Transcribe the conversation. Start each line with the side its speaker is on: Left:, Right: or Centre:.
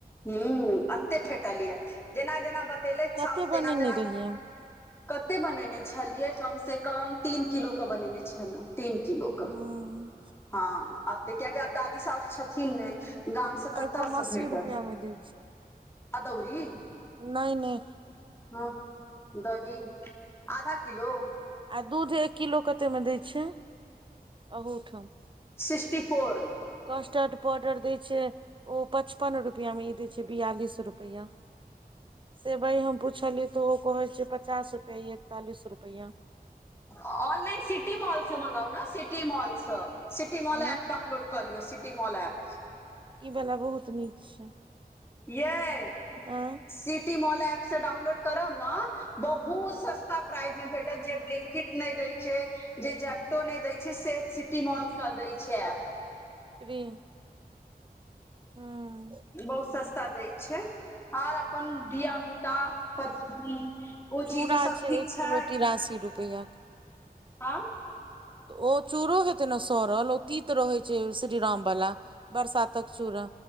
Left: हू एते फेटल यऽ जेना जेना ब तेलै
Right: कते
Left: साऊस
Right: बनेने
Left: तेना तेना
Right: रहियै
Left: कते बनेने छलियै- कमसँ कम तीन किलोके बनेने छलहु तीन किलो के
Right: ह
Left: ह कियाकि आब दादी साउस छथिन ने गामसँ
Right: एहिठाम
Left: कता से
Right: अस्सी
Left: भेटत
Right: रुपआ मे दै
Left: अदौरी
Right: नइ नइ
Left: ह दही आधा किलो
Right: आ दूध एक किलो कतेक मे दै छै अहूठाम
Left: सिक्स्टी फोर
Right: कस्टर्ड पाउडर दय छै ओ पचपन रुपआ मे ई देय छै बियालिस रुप रुपैआ मे सेवइ हम पुछलियै तऽ ओ कहैत छै पचासँ रुपैआ एकतालिस रुपैआ
Left: ऑनलाइन सिटी मॉलसँ मगाउ ने सिटी मॉलस सिटी मॉल
Right: आँ
Left: एप डाउनलोड कऽ लियौ सिटी मॉल एप्प
Right: इ वाला बहुत नीक छै।
Left: ये
Right: आ
Left: सिटी मॉल से डाउनलोड करब ने बहुत सस्ता प्राइज मे भेटत जे बिकिड नहि दै छै जे जैपटो नइ दै छै से
Right: <unintelligible>
Left: मॉल के दै छै ऐप
Right: हू
Left: बहुत सस्ता दऽ छै आर अपन धिया पुता पत्नी ओ
Right: चूड़ा
Left: चीज ओ सभ ठीक
Right: एक किलो
Left: छै।
Right: तिरासी रुपैआ के।
Left: ह
Right: तऽ ओ चूरो हेतै ने सड़ल ओ तीत रहैत छै श्रीराम वाला बरसात कऽ चूड़ा